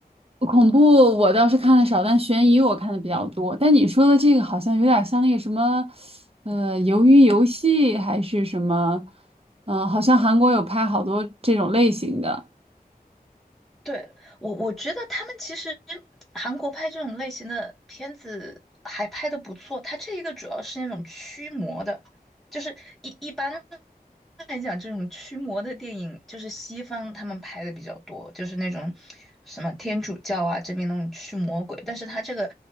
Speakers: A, on the right; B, in the centre.
A: 恐怖我倒是看的少，但悬疑我看的比较多。但你说的这个好像有点像那个什么，呃，鱿鱼游戏还是什么？嗯、好像韩国有拍好多这种类型的。
B: 对，我我觉得他们其实韩国拍这种类型的片子还拍的不错，它这一个主要是那种驱魔的，就是一一般来讲，这种驱魔的电影就是西方他们拍的比较多，就是那种什么天主教啊这边那种驱魔鬼，但是他这个